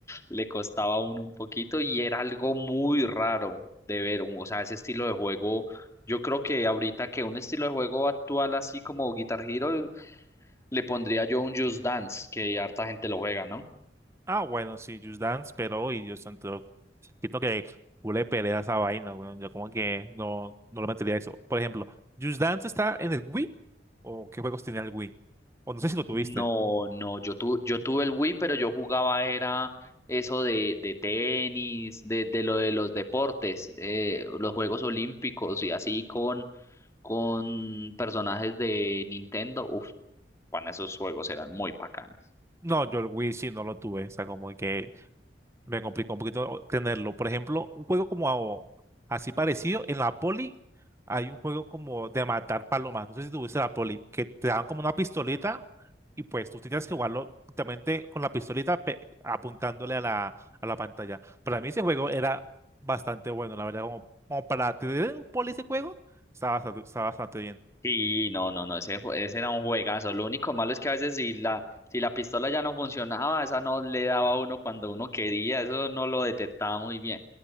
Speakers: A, on the left; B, on the right.
A: le costaba a uno un poquito y era algo muy raro de ver, un- o sea, ese estilo de juego, yo creo que ahorita que un estilo de juego actual así como Guitar Hero, le pondría yo un Just Dance, que harta gente lo juega, ¿no?
B: Ah, bueno, sí, Just Dance, pero y yo siento, siento que huele pelea esa vaina, weón. Yo como que no, no lo metería eso. Por ejemplo, Just Dance está en el Wii, o qué juegos tenía el Wii, o no sé si lo tuviste.
A: No, no, yo, tu, yo tuve el Wii, pero yo jugaba era eso de, de tenis, de, de lo de los deportes, eh, los Juegos Olímpicos y así con, con personajes de Nintendo. Uf, bueno, esos juegos eran muy bacanas.
B: No, yo el Wii sí no lo tuve, o sea, como que Me complicó un poquito tenerlo. Por ejemplo, un juego como a- así parecido, en la poli hay un juego como de matar palomas. No sé si tuviste la poli, que te dan como una pistolita y pues tú tenías que jugarlo justamente con la pistolita pe- apuntándole a la, a la pantalla. Para mí ese juego era bastante bueno, la verdad, como, como para tener un poli ese juego, estaba bastante, estaba bastante bien.
A: Sí, no, no, no, ese, jue- ese era un juegazo. Lo único malo es que a veces si la, si la pistola ya no funcionaba, esa no le daba a uno cuando uno quería, eso no lo detectaba muy bien.